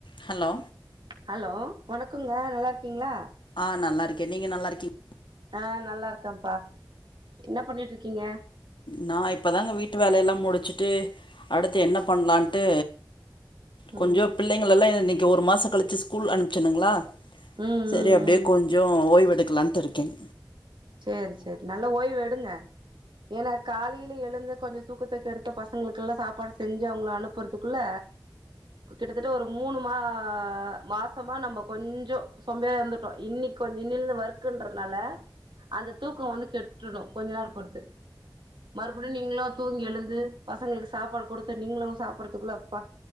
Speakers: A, on the left; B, on the right.
A: Hello
B: hello வணக்குங்க நல்லாருக்கீங்ளா
A: ஆ நல்லாருக்கே நீங்க நல்லாருக்கீங்
B: ஆ நல்லாருக்கம்ப்பா என்ன பண்ணிட்ருக்கீங்க
A: நா இப்பதாங்க வீட்டு வேலையெல்லா முடிச்சிட்டு அடுத்து என்னப் பண்லான்ட்டு
B: ம்
A: கொஞ்சோப் பிள்ளைங்கள எல்லா இ இன்னைக்கி ஒரு மாசோ கழிச்சிச் ஸ்கூல் அனுப்பச்சனுங்ளா
B: ம்
A: செரி
B: ம்
A: அப்டியேக்
B: ம்
A: கொஞ்சோ ஓய்வெடுக்லாண்ட்டுருக்கங்
B: சேரி சேரி நல்லா ஓய்வெடுங்க எனாக் காலைல எழுந்து கொஞ்சோ தூக்கத்த கெடுத்து பசங்ளுக்குல்லா சாப்பாடு செஞ்சு அவுங்ள அனுப் பொருத்துக்குள்ள கிட்டத்தட்ட ஒரு மூனுமா மாசமா நம்ப கொஞ்சோ சோம்பேறியா இருந்துட்டோ இன்னிக் கோன் இன்னிலிந்து ஒர்க்குன்றதுனால அந்த தூக்கோ வந்து கெட்டுடு கொஞ்ச நேரோ பொறுத்து மறுபுடியு நீங்ளு தூங்கி எழுந்து பசங்ளுக்கு சாப்பாடு குடுத்து நீங்ளு சாப்பிர்றதுக்குள்ள அப்பா